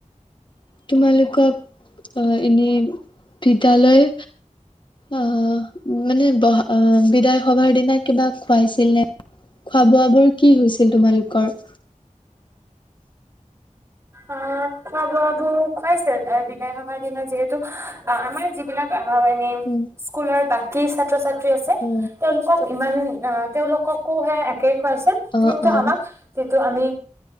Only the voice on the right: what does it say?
অ খোৱা বোৱাবোৰ খুৱাইছে বিদায় সভাৰ দিনাত যিহেতু অ আমাৰ যিবিলাক এনে
স্কুলৰ বাক কি ছাত্ৰ ছাত্ৰী আছে
তেওঁলোক ইমান অ তেওঁলোকো হে একেই খুৱাইছিল
কিন্তু
আমাক তো আমি